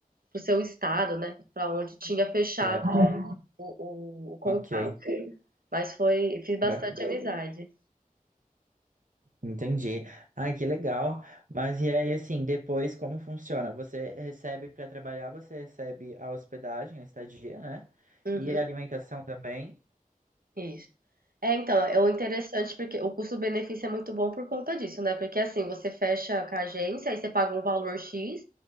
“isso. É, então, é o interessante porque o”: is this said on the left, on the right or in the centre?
Right